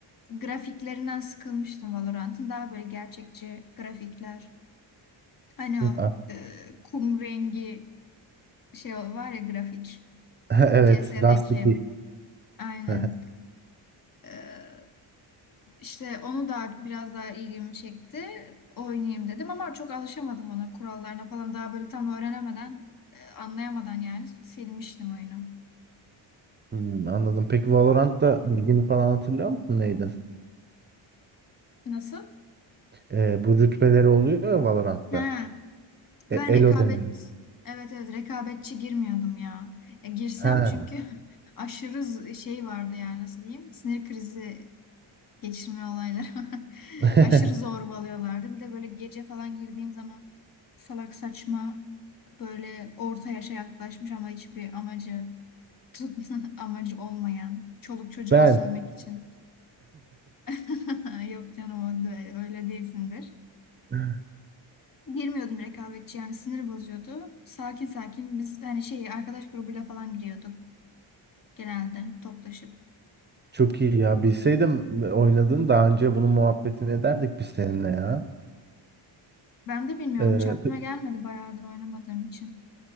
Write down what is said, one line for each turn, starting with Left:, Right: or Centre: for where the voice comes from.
Left: grafiklerinden sıkılmıştım Valorant'ın. Daha böyle gerçekçi grafikler. Hani
Right: Hı.
Left: o e, kum rengi şey var ya grafik.
Right: <laughs> Evet,
Left: CS'deki.
Right: Dust 2.
Left: Aynen.
Right: <laughs>
Left: E, işte onu da biraz daha ilgimi çekti. Oynayayım dedim ama çok alışamadım ona kurallarına falan. Daha böyle tam öğrenemeden, e, anlayamadan yani silmiştim oyunu.
Right: Hmm, anladım. Peki Valorant'ta bilgini falan hatırlıyor musun Neydi?
Left: Nasıl?
Right: Ee, bu rütbeleri oluyor ya Valorant'ta.
Left: Ha.
Right: E,
Left: Ben
Right: Elo
Left: rekabet
Right: deniyor.
Left: evet evet rekabetçi girmiyordum ya. Ya girsem
Right: Ha.
Left: çünkü <laughs> aşırı z- şey vardı yani nasıl diyeyim? Sinir krizi geçirme olayları. <laughs>
Right: <laughs>
Left: Aşırı zorbalıyorlardı. Bir de böyle gece falan girdiğim zaman salak saçma böyle orta yaşa yaklaşmış ama hiçbir amacı <laughs> amacı olmayan çoluk çocuğa
Right: Ben.
Left: sövmek için. <laughs> Yok canım o da- öyle değilsindir.
Right: <laughs>
Left: Girmiyordum rekabetçi yani sinir bozuyordu. Sakin sakin biz hani şey arkadaş grubuyla falan giriyorduk genelde toplaşıp.
Right: Çok iyi ya. Bilseydim oynadın daha önce bunun muhabbetini ederdik biz seninle ya.
Left: Ben de bilmiyorum
Right: Ee,
Left: hiç aklıma
Right: pe-
Left: gelmedi bayağıdır oynamadığım için.